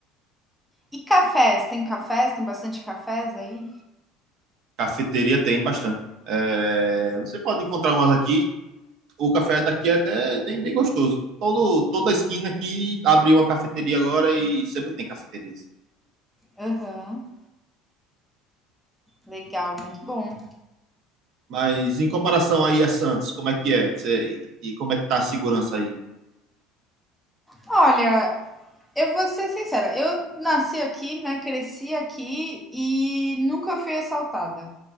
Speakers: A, in the centre; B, on the right.
A: E cafés, tem cafés? Tem bastante cafés aí?
B: Cafeteria tem bastante. É, você pode encontrar umas aqui o café daqui é até tem bem gostoso. Todo, toda esquina aqui abriu uma cafeteria agora e sempre tem cafeterias.
A: Aham. Legal, muito bom.
B: Mas em comparação aí a Santos, como é que é? Você, e, e como é que tá a segurança aí?
A: Olha, eu vou ser sincera, eu nasci aqui, né, cresci aqui e nunca fui assaltada.